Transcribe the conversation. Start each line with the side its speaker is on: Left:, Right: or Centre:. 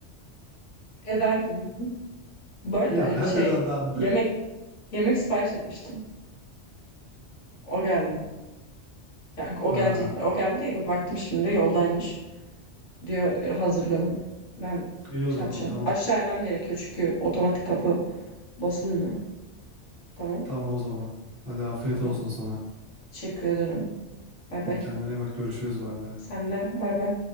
Left: ederdim. Bu arada
Right: Ya
Left: benim
Right: hadi
Left: şey
Right: oradan
Left: yemek
Right: be.
Left: Yemek sipariş etmiştim. O geldi. Yani o
Right: Ha,
Left: gelecek, o geldi değil. o Baktım şimdi yoldaymış. Diyor "E, hazırlanın. Ben
Right: iyi o
Left: şey
Right: zaman
Left: yapacağım.
Right: tamam.
Left: Aşağı inmem gerekiyor çünkü otomatik kapı basılmıyor. Tamam.
Right: Tamam o zaman. Hadi afiyet
Left: Tamam.
Right: olsun sana.
Left: Teşekkür ederim. Bay
Right: Hadi
Left: bay.
Right: kendine iyi bak görüşürüz bay bay.
Left: Sen de bay bay.